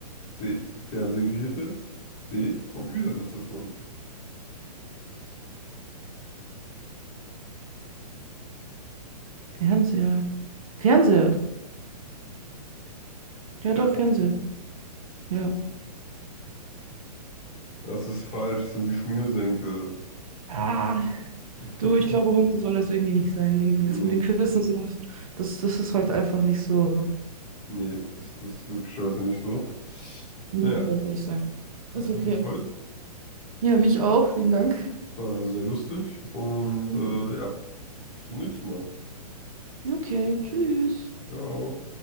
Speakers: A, on the left; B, on the right.
A: C. Fernsehgeräte. D. Computertastaturen.
B: Fernseher. Fernseher. Ja,
A: Fernsehgeräte.
B: doch, Fernseher. Ja.
A: Das ist falsch. Das sind die Schnürsenkel.
B: Ah,
A: <laughs>
B: Du, ich glaube, heute soll das irgendwie nicht sein. Irgendwie
A: Nee,
B: das mit den Quiz und sowas. Das, das ist heute einfach nicht so.
A: nee, das, das ist wirklich heute nicht so.
B: Nee,
A: Naja,
B: das sollte nicht sein.
A: hat
B: Ist okay.
A: mich gefreut.
B: Ja, mich auch. Vielen Dank.
A: War sehr lustig. Und
B: Mhm.
A: äh, ja. Bis zum nächsten Mal.
B: Okay, tschüss.
A: Ciao.